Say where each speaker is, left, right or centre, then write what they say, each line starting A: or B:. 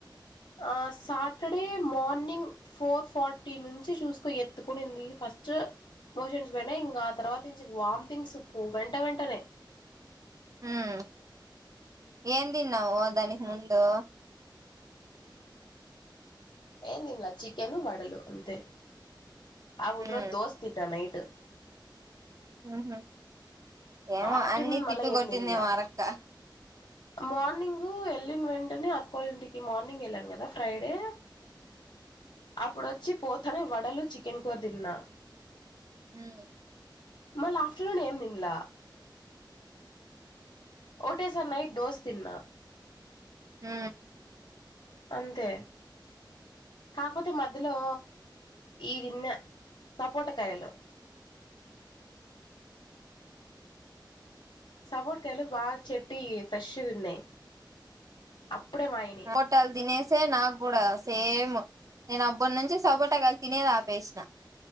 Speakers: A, on the left; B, on the right.
A: ఆ సాటర్డే మార్నింగ్ ఫోర్ ఫార్టీ నుంచి చూసుకో ఎత్తుకునింది ఫస్ట్ మోషన్స్ పోయిన ఇంకా తర్వాత నుంచి వామిటింగ్ సు ప్పు వెంట వెంటనే
B: హ్మ్ ఏన్ దిన్ నవు ఓదానికీ ముందు
A: ఏం తినలే చిక్కెను వడలు అంతే ఆ ముందురోజు
B: మ్
A: దోసే తిన్న నైట్
B: ఉహుమ్ ఏమో
A: ఆఫ్టర్నూన్
B: అన్ని తిప్పి
A: మళ్ళా ఏం
B: కొట్టిందేమో
A: తినలా
B: అరక్క
A: మార్నింగ్ వెళ్ళిన వెంటనే అక్కోళంటికి మార్నింగ్ వెళ్ళాను కదా ఫ్రైడే అప్పుడుచ్చి పోతనే వడలు చికెన్ కూర తిన్నా
B: మ్
A: మళ్ళ ఆఫ్టర్నూన్ ఏం తిన్ల ఓటే సార్ నైట్ దోస్ తిన్నా
B: మ్
A: అంతే కాపోతే మధ్యలో ఈది న్న సపోటకాయలు సపోటకాయలు బాగా చెట్టివి ఫ్రెష్ గా ఉన్నాయి అప్పుడే మాయినయి
B: హోటల్ తినేష్ సే నాకు కూడా సేమ్ నేను అబ్బటినించ్చి సపోటకాయలు తినేది ఆపేసిన